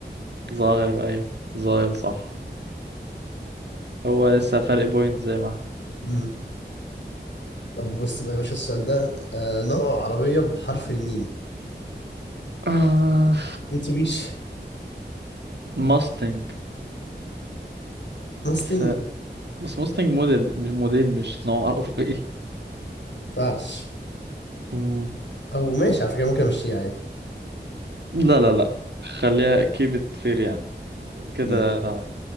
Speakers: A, on the right (about 70°); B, on the left (about 80°).
A: ظاهر ايوه ظاهر صح هو لسه فرق بوينت زي ما احنا
B: مم. طب بص بقى يا باشا السؤال ده آه نوع عربية بحرف الميم
A: آه،
B: ميتسوبيشي
A: ماستنج
B: موستنج
A: ف... بس ماستنج موديل مش موديل مش نوع <laughs> عرف ايه
B: مينفعش
A: مم.
B: أو ماشي على فكرة ممكن أمشيها عادي
A: لا لا لا خليها كيبت فير يعني كده
B: ماشي
A: تعال.